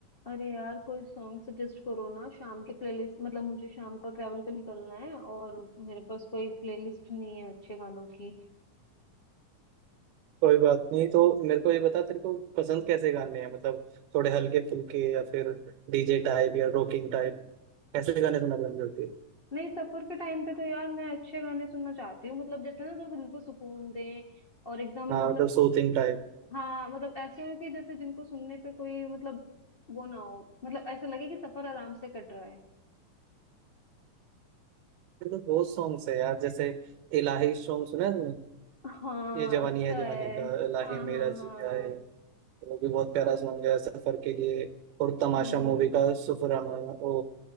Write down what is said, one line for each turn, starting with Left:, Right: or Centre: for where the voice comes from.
Left: अरे यार कोई सॉन्ग सजेस्ट करो ना शाम के प्लेलिस्ट मतलब मुझे शाम को ट्रैवल पे निकलना है और मेरे पास कोई प्लेलिस्ट नहीं है अच्छे गानों की
Right: कोई बात नहीं तो मेरे को ये बता तेरे को पसंद कैसे गाने हैं मतलब थोड़े हल्के फुल्के या फिर डीजे टाइप या रॉकिंग टाइप कैसे गाने सुनना पसंद करती है
Left: नहीं सफर के टाइम पे तो यार मैं अच्छे गाने सुनना चाहती हूँ मतलब जैसे ना जो दिल को सुकून दें और एकदम
Right: हाँ
Left: मतलब
Right: मतलब सूथिंग टाइप
Left: हाँ मतलब ऐसे हो कि जैसे जिनको सुनने पे कोई मतलब वो ना हो मतलब ऐसा लगे कि सफर आराम से कट रहा है
Right: तो बहुत सॉन्ग्स है यार जैसे इलाही सॉन्ग सुना है तुमने
Left: हाँ
Right: ये जवानी
Left: अच्छा
Right: है दीवानी
Left: है
Right: का इलाही
Left: हाँ
Right: मेरा
Left: हाँ
Right: जिया
Left: हाँ
Right: है वो भी बहुत प्यारा सॉन्ग है सफर के लिए और तमाशा
Left: हम्म
Right: मूवी का सफरनामा ओ